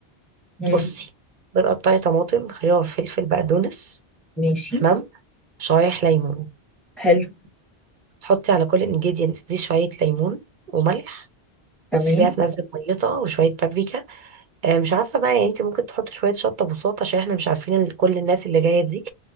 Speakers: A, in the centre; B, on the right.
A: مم.
B: بصي بتقطعي طماطم خيار فلفل بقدونس
A: ماشي
B: تمام شرايح ليمون
A: حلو
B: تحطي على كل انجيدينت دي شوية ليمون وملح
A: تمام
B: وتسيبيها تنزل ميتها وشوية بابريكا آه مش عارفة بقى يعني انت ممكن تحطي شوية شطة بساط عشان احنا مش عارفين ال- كل الناس اللي جاية دي